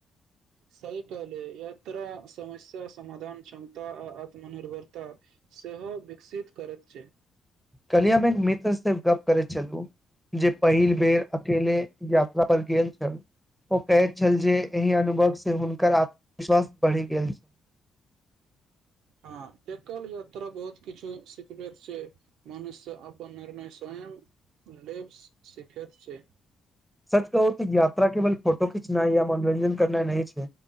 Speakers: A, on the right; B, in the centre.
A: सहि क लेले यात्रा समस्या समाधान क्षमता आ आत्मनिर्भरता सेहो विकसित करैत छै
B: कल्हिये एक मित्र से गप करैत छलू जे पहिल बेर अकेले यात्रा पर गेल छल ओ कहैत छल जे एहि अनुभव से हुनकर आत्मविश्वास बढ़ि गेल छनि
A: हँ एकल यात्रा बहुत किछु सिखबैत छै मनुष्य अपन निर्णय स्वयं लेब सिखैत छै
B: सच कहू त यात्रा केवल फोटो खिंचनाइ या मनोरञ्जन करना नहि छै